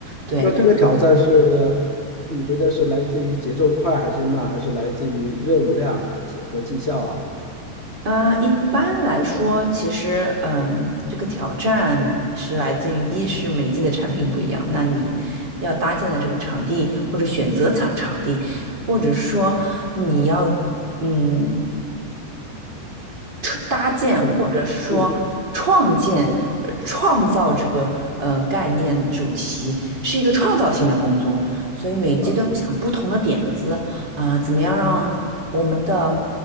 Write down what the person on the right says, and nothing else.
对，
啊、一般来说，其实，嗯，这个挑战是来自于一是每季的产品不一样，那你要搭建的这个场地或者选择场场地，或者是说你要。嗯，出搭建或者是说创建、
呃创造这个呃概念主题是一个创造性的工作，所以每季都要想不同的点子啊、
怎么样让我们的